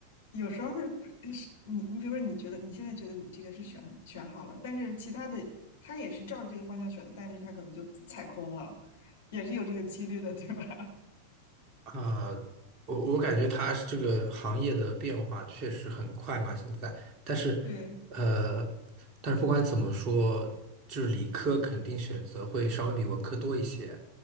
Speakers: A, on the left (about 60°); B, on the right (about 35°).
A: 有时候是是你你比如说，你觉得你现在觉得你这个是选选好了，但是其他的他也是照着这个方向选的，但是他可能就踩空了，也是有这个几率的，对吧？
B: 啊，我我感觉它是这个行业的变化确实很快嘛，现在，但是，
A: <laughs> 对
B: 呃，但是不管怎么说，就是理科肯定选择会稍微比文科多一些，